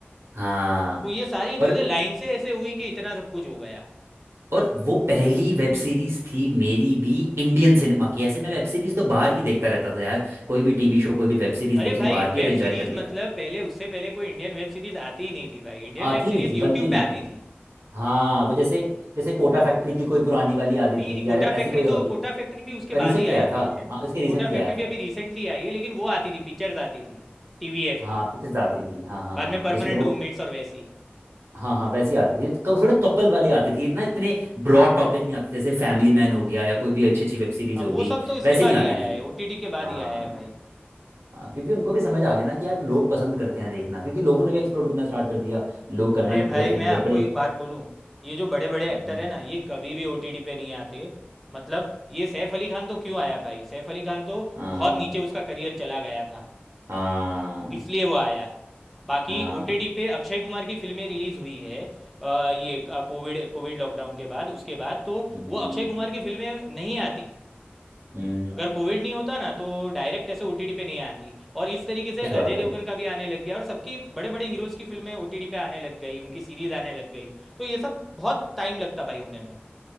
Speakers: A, on the right; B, in the centre.
A: हाँ
B: तो ये सारी चीजें
A: और
B: लाइन से ऐसे हुई कि इतना सब कुछ हो गया
A: और वो पहली वेब सीरीज थी मेरी भी इंडियन सिनेमा की ऐसे मैं वेब सीरीज तो बाहर की देखता रहता था यार कोई भी टीवी शो कोई भी वेब सीरीज
B: अरे
A: देख
B: भाई
A: ली बाहर
B: वेब
A: की और एंजॉय
B: सीरीज
A: कर लिया
B: मतलब पहले उससे पहले कोई इंडियन वेब सीरीज आती ही नहीं थी भाई इंडियन
A: आती
B: वेब
A: नहीं
B: सीरीज
A: थी बनती
B: यूट्यूब
A: नहीं
B: पे
A: थी
B: आती थी
A: हाँ वो जैसे जैसे कोटा फैक्ट्री की कोई पुरानी वाली आ जाती
B: नहीं
A: थी
B: कोटा
A: या ऐसी
B: फैक्ट्री
A: कोई होगी
B: तो कोटा फैक्ट्री भी उसके
A: रिसेंटली
B: बाद ही
A: आया
B: आई हुई
A: था
B: है
A: हाँ इसके रिसेंटली
B: कोटा
A: आया
B: फैक्ट्री
A: था
B: भी अभी रिसेंटली आई है लेकिन वो आती थी पिक्चर्स आती थी टीवीएफ
A: हाँ
B: की
A: पिक्चर्स आती थी हाँ हाँ
B: बाद
A: हाँ
B: में
A: हाँ
B: परमानेंट
A: जिसमें वो
B: रूममेट्स और वैसी
A: हाँ हाँ वैसी आती थी क- थोड़े कपल वाली आती थी इतना इतने ब्रॉड टॉपिक नहीं आते जैसे फैमिली मैन हो गया या कोई भी अच्छी अच्छी वेब सीरीज
B: हाँ
A: हो
B: वो
A: गई
B: सब तो इसके
A: वैसी
B: बाद
A: नहीं आती
B: ही आया
A: थी
B: है ओटीटी के बाद
A: हाँ
B: ही आया है भाई
A: हाँ, क्योंकि उनको भी समझ आ गया ना कि यार लोग पसंद करते हैं देखना क्योंकि लोगों ने भी एक्सप्लोर करना स्टार्ट कर दिया लोग करना
B: अरे भाई
A: लग करने
B: मैं
A: लग
B: आपको
A: पड़े
B: एक बात बोलूँ ये जो बड़े बड़े
A: हम्म,
B: एक्टर हैं ना ये कभी भी ओटीटी पे नहीं आते मतलब ये सैफ अली खान तो क्यों आया भाई सैफ अली खान तो
A: हाँ
B: बहुत नीचे उसका करियर चला गया था
A: हाँ
B: इसलिए वो आया बाकी
A: हाँ
B: ओटीटी पे अक्षय कुमार की फिल्में रिलीज हुई है अ, ये कोविड कोविड लॉकडाउन के बाद उसके बाद तो
A: हम्म,
B: वो अक्षय कुमार की फिल्में नहीं आती
A: हम्म,
B: अगर कोविड नहीं होता ना तो डायरेक्ट ऐसे ओटीटी पे नहीं आती और इस तरीके से
A: सच बात
B: अजय
A: है
B: देवगन का भी आने लग गया और सबकी बड़े बड़े हीरोज की फिल्में ओटीटी पे आने लग गई उनकी सीरीज आने लग गई तो ये सब बहुत टाइम लगता भाई होने में